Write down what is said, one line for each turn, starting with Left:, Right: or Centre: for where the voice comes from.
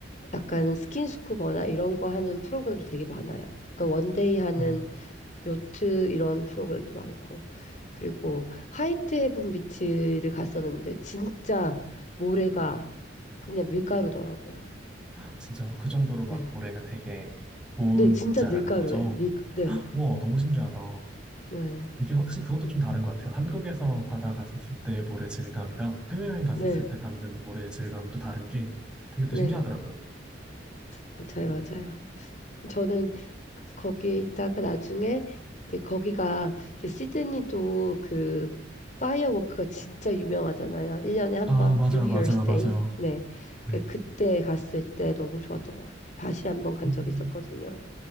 Left: 약간 스킨스쿠버나 이런 거 하는 프로그램도 되게 많아요. 그러니까 원데이 하는
Centre: 어,
Left: 요트 이런 프로그램도 많고. 그리고 화이트 헤븐 비치를 갔었는데 진짜 모래가 그냥 밀가루더라고요.
Centre: 진짜요? 그 정도로 막
Left: 네.
Centre: 모래가 되게 좋은
Left: 네, 진짜
Centre: 입자라는
Left: 밀가루예요.
Centre: 거죠?
Left: 밀, 네,
Centre: 와, 너무 신기하다.
Left: 네,
Centre: 이게 확실히 그것도 좀 다른 것 같아요. 한국에서 바다 갔었을 때 모래 질감이랑 해외여행 갔었을
Left: 네,
Centre: 때 밟는 모래 질감이 또 다른 게 되게 또
Left: 네,
Centre: 신기하더라고요.
Left: 맞아요, 맞아요. 저는 그래서 거기에 있다가 나중에 이제 거기가 이제 시드니도 그 파이어워크가 진짜 유명하잖아요. 1년에 한
Centre: 아,
Left: 번,
Centre: 맞아요,
Left: 뉴 이어스
Centre: 맞아요,
Left: 데이.
Centre: 맞아요.
Left: 네.
Centre: 네.
Left: 그- 그때 갔을 때 너무 좋았던 것 같아요. 다시 한번 간
Centre: 음,
Left: 적이 있었거든요.